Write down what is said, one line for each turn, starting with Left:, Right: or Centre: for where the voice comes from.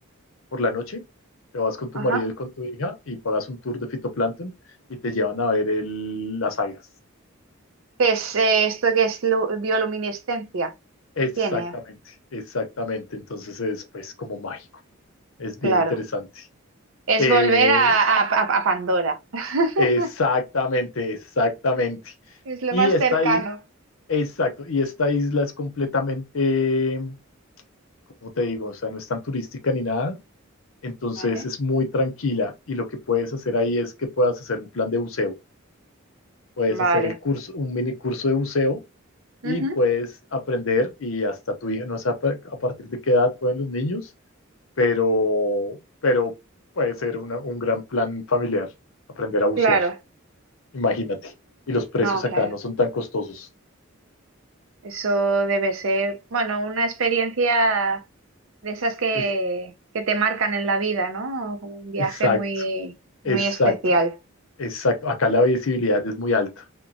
Left: por la noche, te vas con tu
Right: ajá.
Left: marido y con tu hija y pagas un tour de fitoplancton y te llevan a ver el- las algas.
Right: ¿Qué es eh, esto que es lu- bioluminiscencia?
Left: Exactamente,
Right: Tiene,
Left: exactamente. Entonces es pues como mágico, es
Right: claro.
Left: bien interesante.
Right: Es
Left: Eh,
Right: volver a, a- a- a Pandora. <laughs>
Left: exactamente, exactamente.
Right: Es lo
Left: Y
Right: más
Left: esta,
Right: cercano,
Left: i- exacto, y esta isla es completamente, ¿cómo te digo? O sea, no es tan turística ni nada. Entonces
Right: ¿vale?
Left: es muy tranquila y lo que puedes hacer ahí es que puedas hacer un plan de buceo. puedes
Right: Vale.
Left: hacer el curso, un mini curso de buceo y
Right: Ujú,
Left: puedes aprender y hasta tu hija, no sé a par- a partir de qué edad pueden los niños, pero, pero puede ser una- un gran plan familiar, aprender a bucear,
Right: Claro,
Left: imagínate. Y los precios
Right: no, claro.
Left: acá no son tan costosos.
Right: Eso debe ser, bueno, una experiencia de esas que,
Left: Es,
Right: que te marcan en la vida, ¿no? Como un viaje
Left: exacto,
Right: muy, muy
Left: exacto,
Right: especial.
Left: exacto. Acá la visibilidad es muy alta.